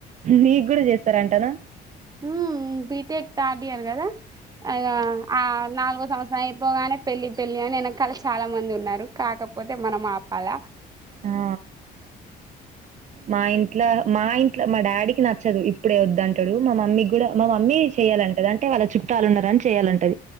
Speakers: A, on the right; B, on the right.
A: నీకు కూడా చేస్తార టా ర
B: ఊ బిటేక్ తాటీారు కదా ఈగ ఆ నాలుగు సంవత్సరం అయి పోగానే పెళ్లిి పెళ్లిి అని వెనకాల చాలా మంది ఉన్నారు కాకపోతే మనం ఆపాల
A: ఆ మా ఇంట్లో మా ఇంట్ ఇట్లా మా డాడీకి నచ్చదు ఇప్పుడే వద్దు అంటడు మా మమ్మీ కూడా మా మమ్మీ చెయ్యాలంటది అంటే వాళ్ళ చుట్టాలు ఉన్నారని చెయాలంటది